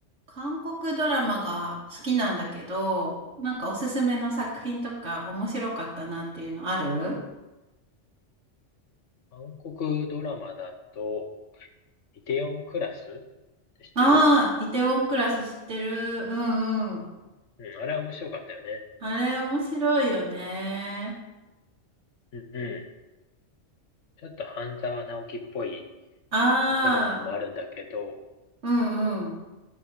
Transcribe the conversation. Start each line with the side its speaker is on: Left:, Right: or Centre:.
Right: 韓国ドラマが好きなんだけど、なんかおすすめの作品とか面白かったなっていうのある
Left: 韓国ドラマだと、イテオンクラスって知ってる
Right: ああー、イテウォンクラス知ってる。うんうん。
Left: うん、あれは面白かったよね。
Right: あれ面白いよね。
Left: うん、うん。ちょっと半沢直樹っぽい
Right: ああ、
Left: ところもあるんだけど、
Right: うんうん。